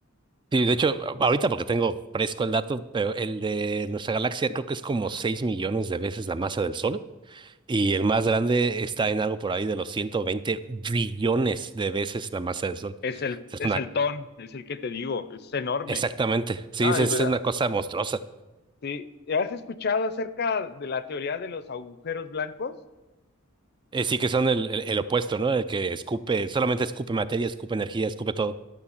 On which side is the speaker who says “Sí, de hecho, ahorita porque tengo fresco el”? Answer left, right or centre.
Right